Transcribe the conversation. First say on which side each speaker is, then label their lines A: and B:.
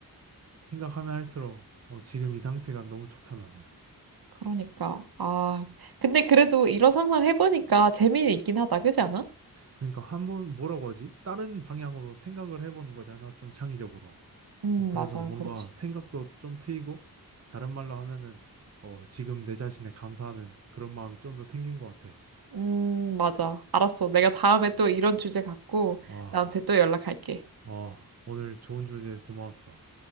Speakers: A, on the right (about 40°); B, on the right (about 70°).
A: 생각하면 할수록 어, 지금 이 상태가 너무 좋다, 나는.
B: 그러니까, 아. 근데 그래도 이런 상상 해보니까 재미는 있긴 하다. 그지 않아?
A: 그러니까 한번 뭐라고 하지? 다른 방향으로 생각을 해보는 거잖아. 좀 창의적으로.
B: 음,
A: 어, 그래서
B: 맞아.
A: 뭔가
B: 그렇지.
A: 생각도 좀 트이고, 다른 말로 하면은, 어, 지금 내 자신에 감사하는 그런 마음이 좀 더 생긴 것 같아.
B: 음, 맞아. 알았어. 내가 다음에 또 이런 주제 갖고
A: 아,
B: 나한테 또 연락할게.
A: 어, 오늘 좋은 주제 고마웠어.